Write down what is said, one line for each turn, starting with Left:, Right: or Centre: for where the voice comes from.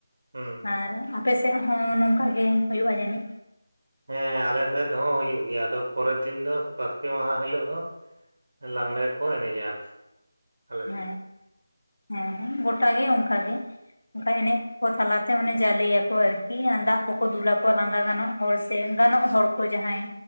Right: ᱦᱩᱸ
Left: ᱟᱨ ᱟᱯᱮ ᱥᱮᱫ ᱦᱚᱸ ᱱᱚᱝᱠᱟ ᱜᱮ ᱦᱩᱭᱩᱜᱼᱟ ᱡᱟᱹᱱᱤᱡ
Right: ᱦᱮᱸ ᱟᱞᱮ ᱥᱮᱫ ᱦᱚᱸ ᱦᱩᱭᱩᱜ ᱜᱮᱭᱟ ᱟᱫᱚ ᱯᱚᱨᱮᱨ ᱫᱤᱱ ᱫᱚ ᱵᱟᱥᱠᱮ ᱢᱟᱦᱟ ᱦᱤᱞᱳᱜ ᱫᱚ ᱞᱟᱜᱽᱬᱮ ᱠᱚ ᱮᱱᱮᱡᱟ ᱟᱨᱠᱤ ᱟᱞᱮ ᱥᱮᱫ
Left: ᱦᱮᱸ ᱦᱮᱸ ᱦᱮᱸ ᱜᱚᱴᱟ ᱜᱮ ᱚᱱᱠᱟ ᱜᱮ ᱚᱱᱠᱟ ᱮᱱᱮᱡ ᱠᱚ ᱛᱟᱞᱟᱛᱮ ᱚᱱᱮ ᱡᱟᱞᱮᱭᱟᱠᱚ ᱟᱨᱠᱤ ᱫᱟᱜ ᱠᱚ ᱠᱚ ᱫᱩᱞ ᱟᱠᱚᱣᱟ ᱞᱟᱸᱫᱟ ᱜᱟᱱᱚᱜ ᱦᱚᱲ ᱥᱮ ᱜᱟᱱᱚᱜ ᱦᱚᱲ ᱠᱚ ᱡᱟᱦᱟᱸᱭ